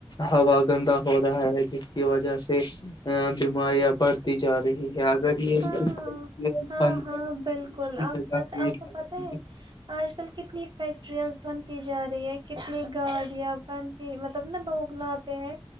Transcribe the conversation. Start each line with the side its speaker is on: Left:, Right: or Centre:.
Left: ہوا گندا ہو رہا ہے جس کی وجہ سے بیماریاں بڑھتی جا رہی ہے اگر یہ
Right: ہاں
Left: بند
Right: ہاں ہاں
Left: کریں
Right: ہاں بالکل
Left: گے اس کی
Right: آپ
Left: جگہ
Right: پ
Left: پیڑ
Right: آپ کو
Left: لگائیں
Right: پت ہے
Left: گے
Right: آج کل کتنی فیکٹریاںز بنتی جا رہی ہے کتنی گاڑیاں بنتی مطلب نا لوگ لاتے ہیں